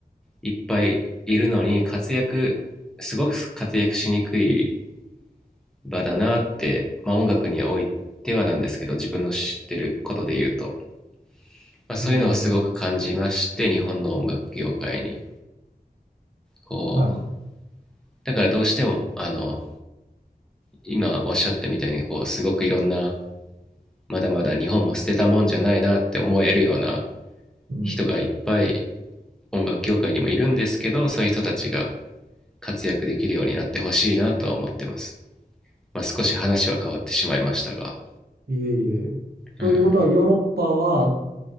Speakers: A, in the centre; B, on the right.
A: いっぱいいるのに、活躍、すごく活躍しにくい場だなって、まあ音楽においてはなんですけど、自分の知ってることで言うと、まあそういうのはすごく感じまして、
B: うん、
A: 日本の音楽業界に。こう、
B: はい、
A: だからどうしても、あの、今おっしゃったみたいに、こう、すごくいろんな、まだまだ日本も捨てたもんじゃないなって思えるような
B: うん。
A: 人がいっぱい音楽業界にもいるんですけどそういう人たちが活躍できるようになってほしいなとは思ってます、まあ、少し話は変わってしまいましたが、
B: いえいえ。ということは、
A: うん、
B: ヨーロッパは、